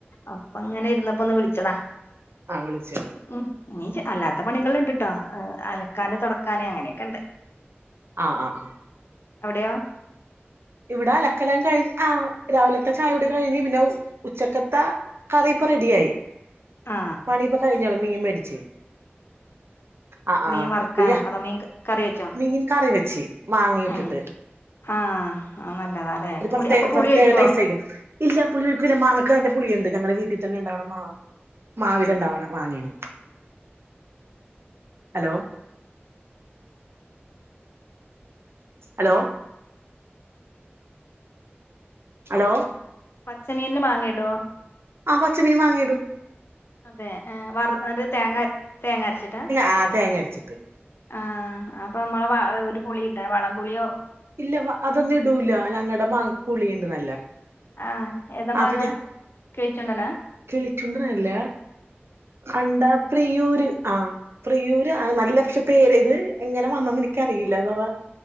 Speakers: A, on the left (about 65°); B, on the right (about 70°).
A: അപ്പ ഇങ്ങനെ ഇരുന്നപ്പ ഒന്ന് വിളിച്ചതാ.
B: ആഹ് വിളിച്ച് ണ്.
A: ഉം ഇനി അല്ലാത്ത പണികള് ഇണ്ട്ട്ടോ. അലക്കാന് തൊടക്കാന് അങ്ങനെയൊക്കെ ഇണ്ട്.
B: ആഹ്
A: അവിട്യാെ
B: ഇവിടെ അലക്കലാം കഴിഞ്ഞ് ആഹ് രാവിലത്തെ ചായോട് കഴിഞ്ഞ്. പിന്നെ ഉച്ചക്കത്തെ കറിപ്പ റെഡിയായി.
A: ആ
B: പണി ഇപ്പൊ കയിഞ്ഞുള്ളു മീ മേടിച്ച്. ആഹ് ആഹ്
A: മീൻ വറുക്കാനോ
B: പി <unintelligible>
A: അതോ മീൻ കറി വെച്ചോ
B: മീൻ കറി വെച്ച് മാങ്ങിട്ടിട്ട്.
A: ആഹ് ആഹ് അത് നല്ലതാലെ.
B: ഒരു
A: പുളി
B: പ്രത്യേ
A: അപ്പൊ പുളി
B: പ്രത്യേക
A: ഒഴിക്കൊ.
B: ടേസ്റ്റ് ആയിരിക്കും ഇല്ല പുുള്ളിയൊക്കില്ല മാങ്ങക്ക് നല്ല പുളിയുണ്ട്. ഞങ്ങളെ വീട്ടി തന്നെ ഇണ്ടാവണ മാ മാവില ഉണ്ടാവ്ണ മാങ്ങേണ് ഹലോ ഹലോ ഹലോ
A: പച്ചമീനില് മാങ്ങ ഇടോ.
B: ആ പച്ച മീ മാങ്ങി ഇടും.
A: അതെ ഏഹ് വറ് തേങ്ങ തേങ്ങ അരച്ചിട്ടാ
B: ആ തേങ്ങ അരച്ചിട്ട്.
A: ആഹ് അപ്പൊ നമ്മളെ ഒരു പുളി ഇട്ട വളംപൊളിയോ.
B: ഇല്ല വ അതൊന്നും ഇടൂല. ഞങ്ങടെ മാങ്ങക്ക് പുളിണ്ട് നല്ല
A: ആഹ് ഏതാ മാങ്ങ
B: അപ്പൊ ഞാൻ
A: കിളിച്ചുണ്ടനാ
B: കിളിച്ചുണ്ടനല്ല അണ്ട പ്രിയൂര് ആഹ് പ്രിയൂര് ആ നല്ല പക്ഷെ പേര്. ഇത് എങ്ങനെ വന്നുന്ന് ഇനിക്കറിയില്ല എന്ന് പറാ